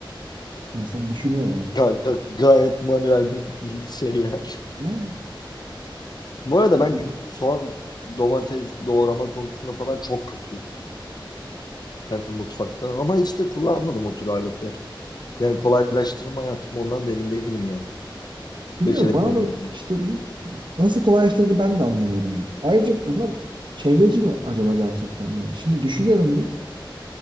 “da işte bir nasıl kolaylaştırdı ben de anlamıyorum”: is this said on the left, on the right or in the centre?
Right